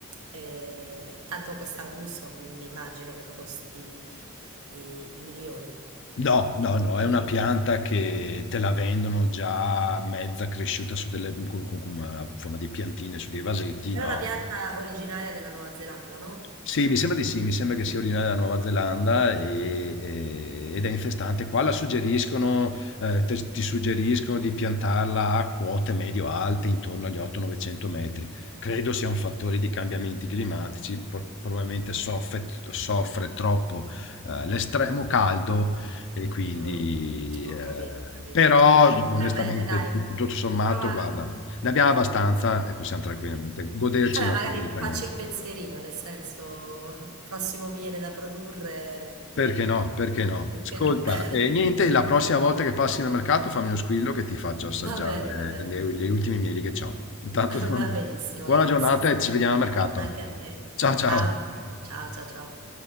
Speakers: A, on the right; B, on the left.
A: eh, tanto questo arbusto mi immagino che costi i, i milioni.
B: No, no, no,
A: E-
B: è una pianta che te la vendono già mezza cresciuta su delle, con, con- con una forma di piantine, su dei vasetti,
A: Era
B: no.
A: una pianta originaria della Nuova Zelanda, no?
B: Sì, mi sembra di sì, mi sembra che sia originaria della Nuova Zelanda e- e- ed è infestante. Qua la suggeriscono, eh, te- ti suggeriscono di piantarla a quote medio-alte, intorno agli 800-900 metri. Credo sia un fattore di cambiamenti climatici, po- probabilmente soffre, soffre troppo eh, l'estremo caldo e quindi...
A: Mm, ho
B: eh,
A: capito, ho capito.
B: però onestamente
A: Va bene, dai,
B: tutto sommato,
A: prova.
B: guarda, ne abbiamo abbastanza e possiamo tranquillamente goderci
A: Vabbè,
B: i nostri
A: magari
B: italiani.
A: facci il pensierino, nel senso, prossimo miele da produrre,
B: Perché no? Perché no?
A: perché
B: Ascolta,
A: no? <laughs>
B: e niente, la prossima volta che passi nel mercato fammi uno squillo che ti faccio assaggiare
A: Va bene, va bene,
B: le, le ultime mieli che ho. Intanto,
A: <laughs>
B: <laughs>
A: va benissimo,
B: buona
A: grazie.
B: giornata e ci vediamo al mercato.
A: Anche a te.
B: Ciao ciao.
A: Ciao, ciao, ciao, ciao.